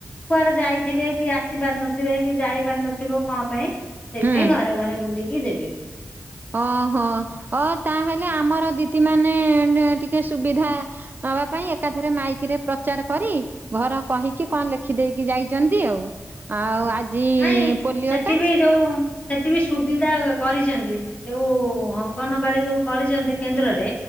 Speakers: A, on the left; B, on the right.
A: କୁଆଡେ ଯାଇଥିବେ କି ଆସି ପାର ନଥିବେ କି ଯାଇ ପାର ନଥିବ କଣ ପାଇଁ। ସେଇଥିପାଇଁ
B: ହୁଁ
A: ଘରେ ଘରେ ବୁଲିକି ଦେବେ।
B: ଓହୋ ଓ ତାହେଲେ ଆମର ଦିଦି ମାନେ ଟିକେ ସୁବିଧା। ତା ପାଇଁ ଏକାଥରେ ମାଇକିରେ ପ୍ରଚାର କରି ଘର କହିକି କଣ ଲେଖିଦେଇକି ଯାଇଛନ୍ତି ଆଉ। ଆଉ
A: ହୁଁ
B: ଆଜି
A: ନାଇଁ
B: ପୋଲିଓ
A: ସେଠି
B: ଟା।
A: ବି ଯୋଉ ସେଠି ବିି ସୁବିଧା କରିଛନ୍ତି ଯୋଉ। ଅଙ୍ଗନବାଡି ଯୋଉ କରିଛନ୍ତି କେନ୍ଦ୍ରରେ